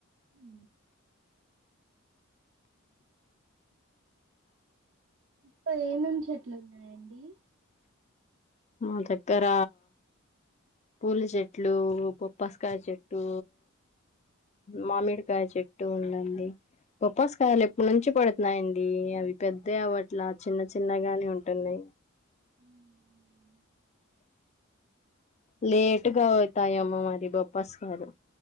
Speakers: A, on the right; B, on the left.
A: ఉ పైనుంచి ఎట్ల ఉన్నాయండి
B: మా దగ్గర పూలు చెట్లు బొబ్బసకాయ చెట్టు మామిడికాయ చెట్టు ఉందండి బోప్పస్ కావాలు ఎప్పుడు నుంచి పడుతున్నాయండి అవి పెద్దవి అవట్ల చిన్న చిన్నగానే ఉంటున్నాయి
A: <inaudible>
B: లేట్గా పోవుతాయి ఏమో మరి బొప్పాస్ కాయలు